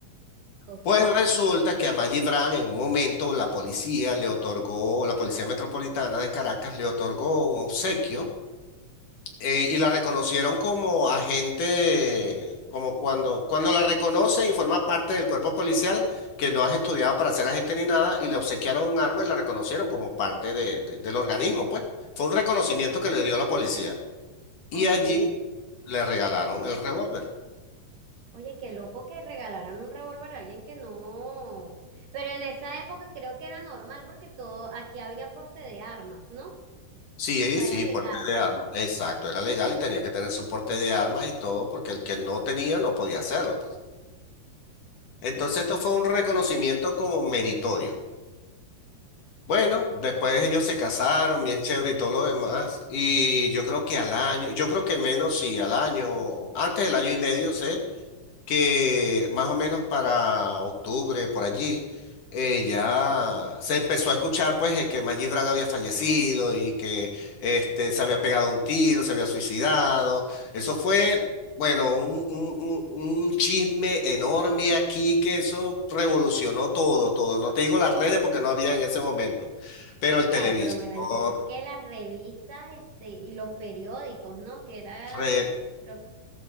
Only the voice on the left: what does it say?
Pues resulta que a Maggie Brand en un momento la policía le otorgó, la Policía Metropolitana de Caracas le otorgó un obsequio eh, y la reconocieron como agente, como cuando, cuando la reconocen y forma parte del cuerpo policial, que no has estudiado para ser agente ni nada, y le obsequiaron un arma y la reconocieron como parte de- de- del organismo, pues. Fue un reconocimiento
que le dio la policía. Y
allí le regalaron
el revólver.
Sí,
sí,
porte de armas. Exacto, era legal y tenía que tener su porte de armas y todo, porque el que no tenía no podía hacerlo, pues. Entonces
esto fue un reconocimiento como meritorio. Bueno,
después ellos se casaron, bien chévere y todo lo demás. Y yo creo que al año, yo creo que menos, sí, al año, antes del año y medio, sé que más o menos para octubre, por allí, eh, ya se empezó a escuchar pues eh, que Maggi Braga había fallecido y que este, se había pegado un tiro, se había suicidado. Eso fue, bueno, un, un, un un chisme enorme aquí que eso revolucionó todo, todo. No te digo las redes porque no había en ese momento, pero el
televisor,
re-